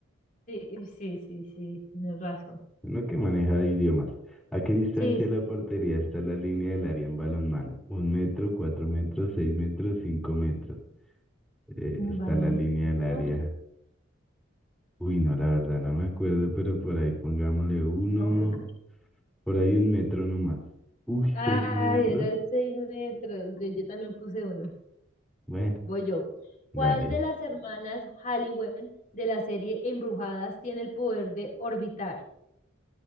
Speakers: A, on the left; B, in the centre.
A: sí, eh, sí, sí, sí, tienes razón.
B: Uno que maneja idiomas. ¿A qué distancia
A: Sí,
B: de
A: sí.
B: la portería está la línea del área en balonmano? Un metro, cuatro metros, seis metros, cinco metros. Eh,
A: Mm,
B: está
A: Baloncesto.
B: la línea del área. Uy, no, la verdad no me acuerdo, pero por ahí pongámosle uno,
A: dos metros.
B: por ahí un metro nomás. Uy,
A: Ay,
B: seis metros.
A: eran seis metros. Yo, yo también puse uno.
B: Bueno,
A: Voy yo.
B: dale.
A: ¿Cuál de las hermanas Halliwell de la serie Embrujadas tiene el poder de orbitar?